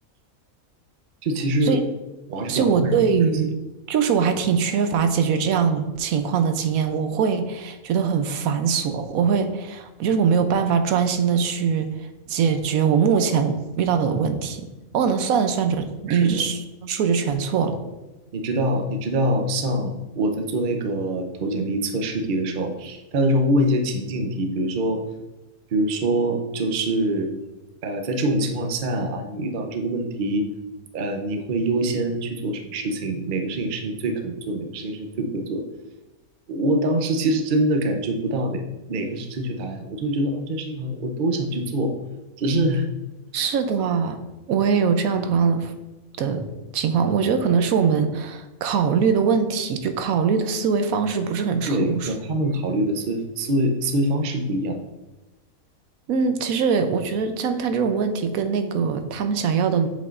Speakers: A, on the right; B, on the right.
A: 这其实我还是比较困扰这种事情。
B: 所以。所以我对于就是我还挺缺乏解决这样情况的经验，我会觉得很繁琐，我会就是我没有办法专心的去解决我目前遇到的问题，我可能算着算着一数数就全错了。
A: 是的。你知道，你知道，像我在做那个投简历测试题的时候，他那时候会问一些情境题，比如说，比如说就是，呃，在这种情况下啊，你遇到这个问题，呃，你会优先去做什么事情？哪个事情是你最可能做的哪个事情是你最不会做的？我当时其实真的感觉不到哪哪个是正确答案，我就会觉得啊，这事情好像我都想去做，只是
B: 是的，我也有这样同样的的情况，我觉得可能是我们考虑的问题，就考虑的思维方式不是很成熟。
A: 对和他们考虑的思维思维思维方式不一样。
B: 嗯，其实我觉得像他这种问题跟那个他们想要的